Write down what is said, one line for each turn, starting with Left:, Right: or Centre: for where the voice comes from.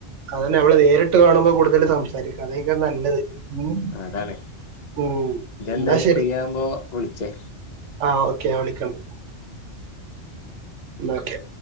Right: അതന്നെ നമ്മള് നേരിട്ട് കാണുമ്പോൾ കൂടുതൽ സംസാരി അതെക്കാരം നല്ലത് ഉം
Left: അതാണ്
Right: ഉം
Left: ഇജ്ജ് എന്തായാലും
Right: എന്നാ ശരി
Left: ഫ്രീ ആകുമ്പോ വിളിച്ചേ
Right: ആഹ് ഓക്കെ ഞാൻ വിളിക്കണ്ട് ന്നക്കെ